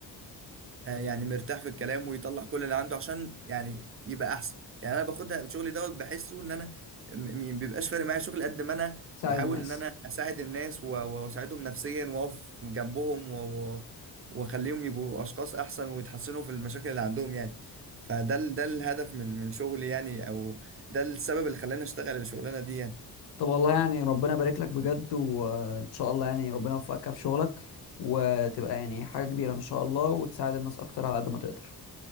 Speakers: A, on the right; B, on the left.
A: آه، يعني مرتاح في الكلام ويطلع كل اللي عنده عشان يعني يبقى احسن يعني انا باخدها شغلي دوت بحسه ان انا م- م- بيبقاش فارق معايا شغل قد ما انا
B: ساعد
A: بحاول
B: الناس
A: ان انا اساعد الناس و- واساعدهم نفسيا واقف جنبهم و- و- واخليهم يبقوا اشخاص احسن ويتحسنوا في المشاكل اللي عندهم يعني فده ال- ده الهدف من من شغلي يعني او ده السبب اللي خلاني اشتغل الشغلانه دي يعني
B: طب والله يعني ربنا يبارك لك بجد وان شاء الله يعني ربنا يوفقك في شغلك وتبقى يعني حاجة كبيرة ان شاء الله وتساعد الناس اكتر على قد ما تقدر